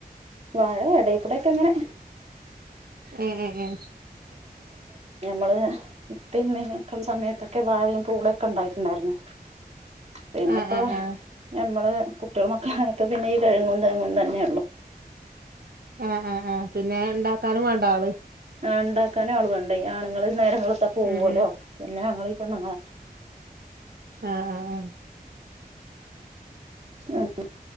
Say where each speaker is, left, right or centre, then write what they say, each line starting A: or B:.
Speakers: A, on the right; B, on the right.
A: വാഴ എടയിക്കൂടെക്കെ ഇങ്ങനെ
B: ഏ ഏ ഏ
A: <unintelligible> ഇപ്പ, ഇമ്മക്കോ ഉള്ള സമയത്തൊക്കെ വാഴയും പൂളൊക്കെ ഉണ്ടായിട്ടുണ്ടായിരുന്നു പിൻ പിന്നെ
B: ആ
A: ഇപ്പോ
B: ആ ആ
A: ഞമ്മള് കുട്ട്യേളും മക്കളും ആയപ്പ പിന്നെ ഈ കഴുങ്ങും തെങ്ങും തന്നെയുള്ളു
B: ആഹ് ആ ആ പിന്നെ ഇണ്ടാക്കാനും വേണ്ടേ ആള്
A: ആ ഇണ്ടാക്കാനും ആള് വേണം <unintelligible> ആണുങ്ങള് നേരം വെളുത്ത പോവല്ലോ
B: ഉം ഉം
A: പിന്നെ ഞങ്ങളീ പെണ്ണുങ്ങളല്ലേ
B: ആഹ് ആഹ് ആഹ്
A: ആഹ്